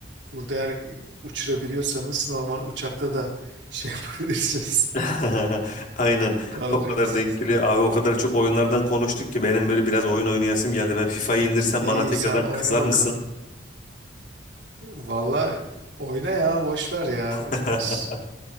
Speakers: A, on the right; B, on the left.
A: Burada eğer uçurabiliyorsanız normal uçakta da şey <laughs> yapabilirsiniz.
B: <laughs> Aynen.
A: Kaldırıyorsunuz.
B: O kadar denk geliyor. Abi o kadar çok oyunlardan konuştuk ki benim böyle biraz oyun oynayasım geldi. Ben FIFA'yı indirsem
A: İyi
B: bana tekrardan
A: sen oyna
B: kızar
A: bakalım.
B: mısın?
A: Valla oyna ya boş ver ya.
B: <laughs>
A: İs-